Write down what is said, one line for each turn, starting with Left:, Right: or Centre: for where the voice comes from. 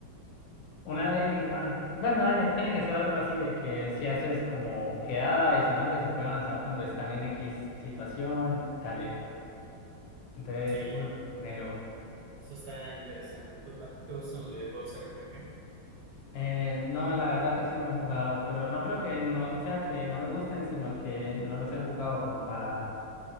Left: Una daily run. Bueno, dale, tiene que ser algo así de que si haces como quedada y solamente se puede avanzar cuando están en X situación y tal. Entonces,
Right: Sí,
Left: uff, Nelo.
Right: eso está interesante. ¿Tú, a ti te gustan los videojuegos RPG?
Left: Eh, no, la verdad casi no he jugado, pero no creo que no sea que no me gusten, sino que no los he jugado como para,